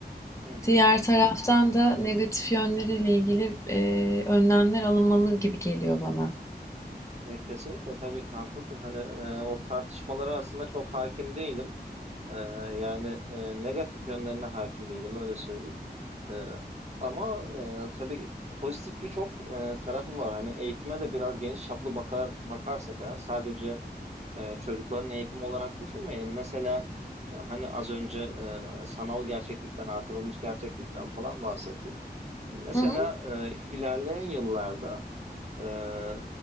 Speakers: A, on the right (about 40°); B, on the left (about 15°).
A: hı hı.
B: diğer taraftan da negatif yönleriyle ilgili e, önlemler alınmalı gibi geliyor bana.
A: Ya kesinlikle tabii ki haklısın. Hani e, o tartışmalara aslında çok hakim değilim. E, yani e, negatif yönlerine hakim değilim öyle söyleyeyim. E, ama e, tabii pozitif birçok e, tarafı var. Hani eğitime de biraz geniş çaplı bakar bakarsak eğer sadece e, çocukların eğitimi olarak düşünmeyelim. Mesela e, hani az önce e, sanal gerçeklikten, artırılmış gerçeklikten falan bahsettim. Mesela
B: Hı hı.
A: e, ilerleyen yıllarda Eee,